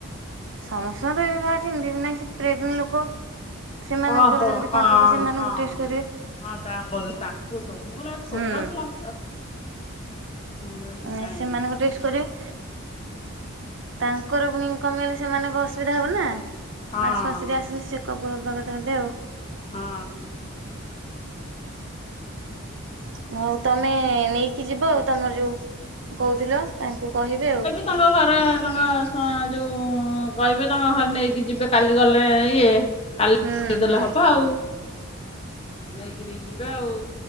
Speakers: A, on the right (about 55°); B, on the left (about 25°).
A: ସମସ୍ତଙ୍କ ତ ଏବେ ବାହାରୁଚି ସେମିତି ବି ନାଇଁ ସିଏ ପ୍ରେଗ୍ନେଣ୍ଟ ଲୋକ। ସେମାନଙ୍କର
B: ଓହୋ
A: ଯଦି
B: ହଁ
A: କଣ ଥିବ ସେମାନଙ୍କୁ
B: ହଁ।
A: ଟେଷ୍ଟ କରିବେ
B: ହଁ ତା କଉଚ ତାଙ୍କୁ ସବୁ ମୁଁ କଇଲି ଆଉ ଛୋଟ
A: ହୁଁ
B: ପିଲା କାହିଁ
A: ନାଇଁ ସେମାନଙ୍କୁ
B: ହେଇଛି
A: ଟେଷ୍ଟ କରିବେ। ତାଙ୍କର ପୁଣି କମିଗଲେ ସେମାନଙ୍କ ଅସୁବିଧା ହେବ ନା?
B: ହଁ
A: ମାସୁକୁ ମାସ ଯିଏ ଆସନ୍ତି ଚେକଅପ ହବା କଥା ହେବେ ଆଉ
B: ହଁ।
A: ହଉ ତମେ ନେଇକି ଯିବ ଆଉ ତମର ଯୋଉ କହୁଥିଲ ତାଙ୍କୁ କହିବେ ଆଉ
B: ତମ ଘର ତା ସ୍ୱା ଯୋଉଁ କହିବେ ତାଙ୍କ ଘରେ ନେଇକି ଯିବେ କାଲି ଗଲେ ଇଏ କାଲି
A: ହୁଁ
B: ଦେଇଦେଲେ
A: ହୁଁ
B: ହବ ଆଉ ନେଇକିରି ଯିବେ ଆଉ